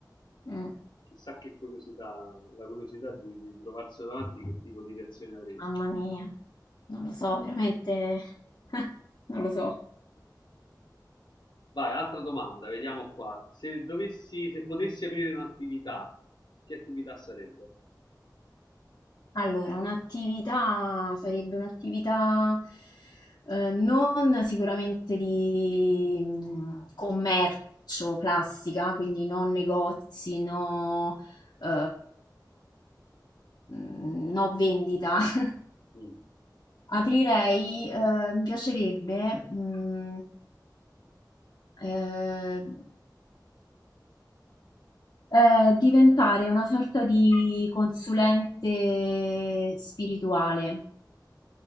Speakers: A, on the left (about 65°); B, on the left (about 80°).
A: Mm,
B: Chissà che curiosità, la curiosità di, di trovarselo davanti, che tipo di reazione avresti.
A: mamma mia, non lo so, veramente, <laughs> non lo so.
B: Vai, altra domanda, vediamo qua. Se dovessi, se potessi aprire un'attività, che attività sarebbe?
A: Allora, un'attività sarebbe un'attività eh, non sicuramente di mh, commercio classica, quindi non negozi, no, eh, mh, no vendita. <laughs>
B: Mm.
A: Aprirei, eh, mi piacerebbe mh, eh, eh, diventare una sorta di consulente spirituale.